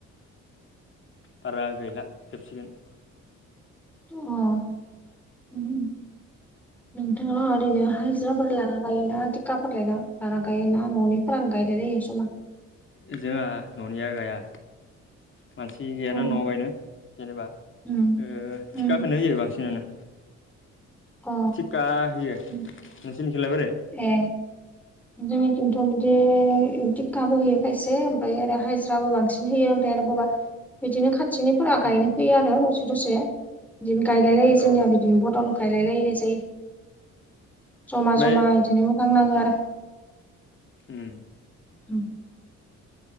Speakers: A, on the left; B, in the centre.
A: बारा गैला जोबसिगोन।
B: अ उम उम नोंथांङा ओरैनो हाइजिराफोर ला ना गायोना थिखाफोर लायना लाना गायोना न'निफोरानो गायलायलै जमा
A: उम जोंहा न'निया गाया। मानसि गैयाना
B: अ
A: न'आव गायनो जेनेबा
B: उम
A: ओ
B: उम
A: थिखाखौनो होयो बांसिनानो।
B: अ
A: थिखा होयो नोंसोरनि
B: उम
A: खिलाय बोरै?
B: ए जोंनिथिंथ' बिदि दिखाबो होयो खायसे ओमफ्राय आरो हाजिराबो बां सिन होयो ओमफ्राय आरो बबा बिदिनो खा थिनिफोरा गायनो
A: उम
B: फैयो आरो दसे दसे बिदिनो गायलाय लायो
A: अ
B: जोंनिया बिदिनो बदल गायलायलायनाय जायो जमा
A: ओमफ्राय
B: जमा बिदिनो मोजां नांङो आरो।
A: उम
B: उम